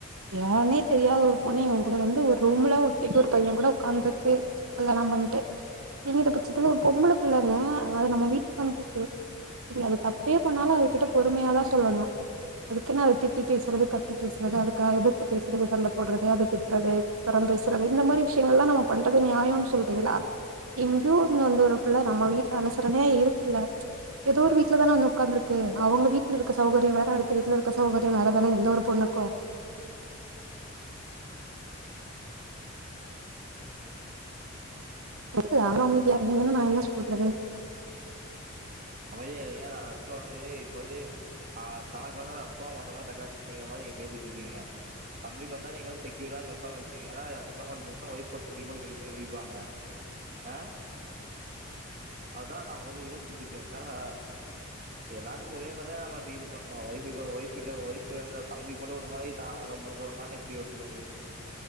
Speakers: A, on the right (about 85°); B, on the right (about 40°).
A: யான்னே தெரியாத ஒரு பொண்ணு இவன் கூட வந்து ஒரு ரூம்ல ஒத்தைக்கு ஒரு பையன் கூட உட்காந்துகீறுக்கு அதெல்லாபண்ணிட்டுச் நீங்க பட்சத்துல ஒரு பொம்பளை பிள்ளைங்க அத நம்ம வீட்டுக்கு வந்து போக்கு இல்ல அது தப்பே பண்ணாலு அதுகிட்ட பொறுமையாதா சொல்லணு அதுக்குனு அது திட்டி பேசுறது க த்தி பேசுறது அதுக்கா எதுர்த்து பேசுறது சண்ட போடுறது அது திட்டுறது புறம் பேசுறது இந்த மாரி விஷயங்கள்லா நம்ம பண்றது நியாயம்னு சொல்றீங்ளா எங்கேயோ இருந் வந்த ஒருப்புள்ள நம்ம வீட்ல அனுசரணையா இருக்குல்ல ஏதோ ஒரு வீட்ல தானே வந்து உட்காந்துருக்கு அவங்க வீட்ல இருக்க சௌகரியோ வேற அடுத்த வீட்ல இருக்க சௌகரியோ வேறதானே எந்த ஒரு பொண்ணுக்கு அதுக்குது ஆனா உ இ இருந்தீன்னு நா என்ன சொல்றது
B: அமைதியே இல்லைங்க நா இத்துல வந்து இப்ப வந்து ஆ தனக்கு வந்தா ரத்தோ மத்தவங்களா தக்காளி சட்னிங்க மாரி நீங்க பேசிட்டு இருக்கீங்க தம்பிக்கு வந்தா நீங்க வந்து செக்யூரா பேசாம இருப்பீங்க ஏனா சத்தம் பேட்டு பேசனா தம்பி போட்டு மிதிமிதினு மதிப்பாங்க அ அதா நான் கொஞ்சோ யோசிச்சுட் இருக்கே <unintelligible> எல்லாத்துக்கு ஒரே மாரிதா நம்ம இது பண்ணு ஒய்ஃப் ஒயஃப் கிட்ட ஒரு மாரி தம்பிக்கு ஒரு மாரி <unintelligible> எப்டி ஒத்துக்க முடியு